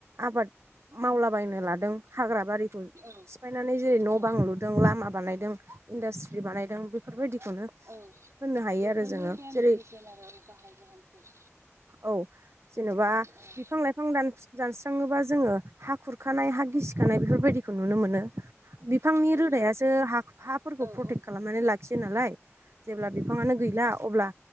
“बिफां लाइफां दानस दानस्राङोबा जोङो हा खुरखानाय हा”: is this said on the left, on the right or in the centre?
Right